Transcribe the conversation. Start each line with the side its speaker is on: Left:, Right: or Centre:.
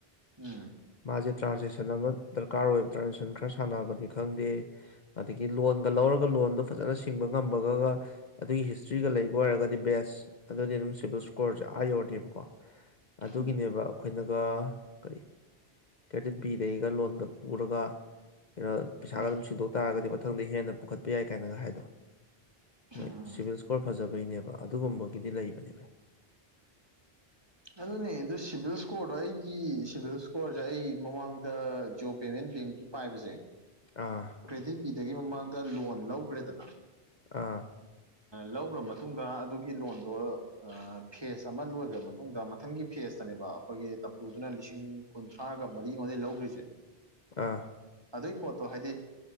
Right: ꯎꯝ
Left: ꯃꯥꯁꯦ ꯇ꯭ꯔꯥꯟꯖꯦꯛꯁꯟ ꯑꯃ ꯗꯔꯀꯥꯔ ꯑꯣꯏꯕ ꯇ꯭ꯔꯥꯟꯖꯦꯛꯁꯟ ꯈꯔ ꯁꯥꯟꯅꯕꯅꯤ ꯈꯪꯗꯦ ꯑꯗꯒꯤ ꯂꯣꯟꯒ ꯂꯧꯔꯒ ꯂꯣꯟꯗꯣ ꯐꯖꯅ ꯁꯤꯡꯕ ꯉꯝꯕꯒꯒ ꯑꯗꯨꯒꯤ ꯍꯤꯁꯇ꯭ꯔꯤꯒ ꯂꯩꯕ ꯑꯣꯏꯔꯒꯗꯤ ꯕꯦꯁ ꯑꯗꯨꯗꯤ ꯑꯗꯨꯝ ꯁꯤꯚꯤꯜ ꯏꯁꯀꯣꯔꯁꯦ ꯑꯥ ꯌꯧꯔꯅꯦꯕꯀꯣ ꯑꯗꯨꯒꯤꯅꯦꯕ
Right: ꯎꯝ
Left: ꯑꯈꯣꯏꯅꯒ ꯀꯔꯤ ꯀ꯭ꯔꯦꯗꯤꯠ ꯕꯤꯗꯗꯒꯤꯒ ꯂꯣꯟꯒ ꯄꯨꯔꯒ ꯀꯩꯅꯣ ꯄꯩꯁꯥꯒ
Right: ꯎꯝ
Left: ꯑꯗꯨꯝ ꯁꯤꯟꯗꯣꯛ ꯇꯥꯔꯒꯗꯤ ꯃꯊꯪꯗ ꯍꯦ ꯍꯦꯟꯅ ꯄꯨꯈꯠꯄ ꯌꯥꯏ ꯀꯥꯏꯅꯒ ꯍꯥꯏꯗꯣ
Right: ꯎꯝ
Left: ꯃꯣꯏ
Right: ꯎꯝ
Left: ꯁꯤꯚꯤꯜ ꯏꯁꯀꯣꯔ ꯐꯖꯕꯩꯅꯦꯕ ꯑꯗꯨꯒꯨꯝꯕꯒꯤꯗꯤ ꯂꯩꯕꯅꯦꯕ
Right: ꯑꯗꯨꯅꯦ ꯑꯗꯨ ꯁꯤꯚꯤꯜ ꯏꯁꯀꯣꯔꯗꯣ ꯑꯩꯒꯤ ꯁꯤꯚꯤꯜ ꯏꯁꯀꯣꯔꯁꯦ ꯑꯩ ꯃꯃꯥꯡꯗ ꯖꯣ ꯄꯦꯃꯦꯟ ꯕꯦꯡꯀꯤ ꯄꯥꯏꯕꯁꯦ
Left: ꯑꯥ
Right: ꯀ꯭ꯔꯦꯗꯤꯠ ꯕꯤꯗꯒꯤ ꯃꯃꯥꯡꯗ ꯂꯣꯟ ꯂꯧꯒ꯭ꯔꯦꯗꯅ
Left: ꯑꯥ
Right: ꯂꯧꯈ꯭ꯔ ꯃꯇꯨꯡꯗ ꯑꯗꯨꯒꯤ ꯂꯣꯟꯗꯣ ꯐꯦꯁ ꯑꯃ ꯂꯣꯏꯈ꯭ꯔ ꯃꯇꯨꯡꯗ ꯃꯊꯪꯒꯤ ꯐꯦꯁꯇꯅꯦꯕ ꯑꯩꯈꯣꯏꯒꯤ ꯇꯝꯄꯨꯗꯨꯅ ꯂꯤꯁꯤꯡ ꯀꯨꯟꯊ꯭ꯔꯥꯒ ꯃꯔꯤ ꯑꯩꯉꯣꯟꯗꯩ ꯂꯧꯈ꯭ꯔꯤꯁꯦ
Left: ꯑꯥ
Right: ꯑꯗꯨꯒꯤ ꯄꯣꯠꯇꯣ ꯍꯥꯏꯗꯤ